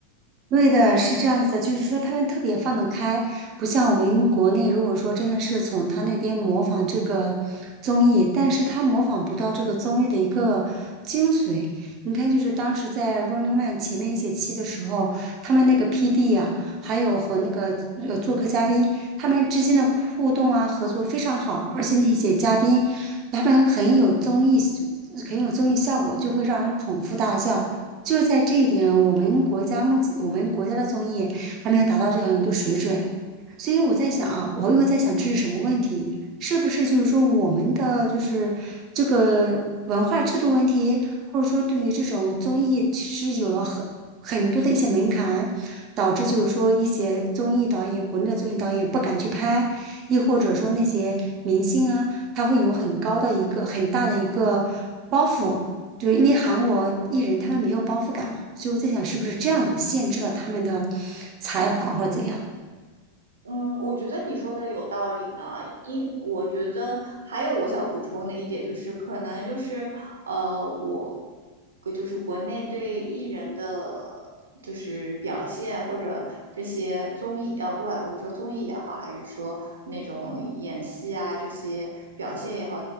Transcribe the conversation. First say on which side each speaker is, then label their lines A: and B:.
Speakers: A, on the right; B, on the right.
A: 对的，是这样子的，就是说他们特别放得开，不像我们国内，如果说真的是从他那边模仿这个综艺，但是他模仿不到这个综艺的一个精髓。你看，就是当时在《Running Man》前面一些期的时候，他们那个 PD 啊，还有和那个呃做客嘉宾，他们之间的互动啊，合作非常好，而且那些嘉宾他们很有综艺，很有综艺效果，就会让人捧腹大笑。就是在这一点，我们国家目前我们国家的综艺还没有达到这样一个水准，所以我在想啊，我又在想这是什么问题？是不是就是说我们的就是这个文化制度问题，或者说对于这种综艺其实有了很很多的一些门槛，导致就是说一些综艺导演，国内的综艺导演不敢去拍，亦或者说那些明星啊，他会有很高的一个很大的一个包袱。就是因为韩国艺人他们没有包袱感嘛，所以我在想是不是这样子限制了他们的才华或者怎样。
B: 嗯，我觉得你说的有道理呢。因我觉得还有我想补充的一点就是，可能就是呃，我就是国内对艺人的就是表现或者这些综艺呃，不管我们说综艺也好，还是说那种演戏啊这些表现也好，